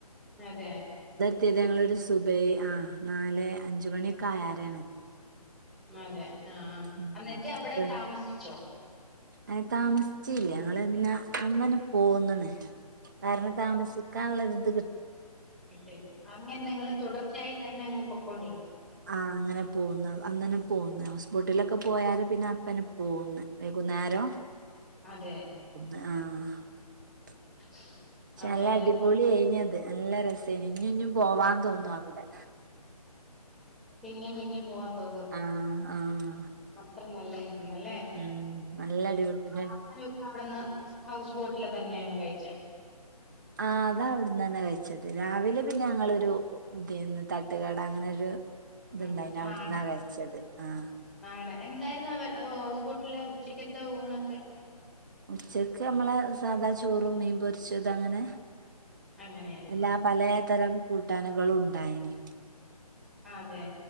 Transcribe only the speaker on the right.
എത്തിയത് ഞങ്ങളൊരു സുബൈ ആ നാല് അഞ്ച് മണിയൊക്കെ ആയേരാണ്
ഉം
അപ്പൊ
ഏ താമസിച്ചില്ല ഞങ്ങള് പിന്നെ അന്നനെ പോന്ന്ണ് കാരണം താമസിക്കാനുള്ള ത്
ആഹ അങ്ങനെ പോകുന്ന അങ്ങനെ പോന്ന് സ്കോട്ടില് പോയാൽ പിന്നെ അപ്പന്നെ പോന്ന് വൈകുന്നേരം
ആഹ
പക്ഷേ നല്ല
അടിപൊളി അയിന്ന് അത് നല്ല രസേന്ന് ഇഞ്ഞും ഇഞ്ഞും പോവാന്ന് തോന്നും അവിടെ
ആഹ് ആഹ്
ഉം നല്ല അടിപൊളി പിന്നെ
ആ അതാ അവിടുന്ന് തന്നെ കഴിച്ചത് രാവിലെ പിന്നെ <unintelligible> ഞങ്ങളൊരു ഇത് തട്ടുകട അങ്ങനെരു ഇത്ണ്ടായിന്
അവിട്ന്നാ കഴിച്ചത് ആഹ
ഉച്ചക്ക് നമ്മളെ സാധാ ചോറും മീൻ പൊരിച്ചതും അങ്ങനെ
അല്ല പലേ തരം കൂട്ടാനുകള് ഉണ്ടായിന്ന്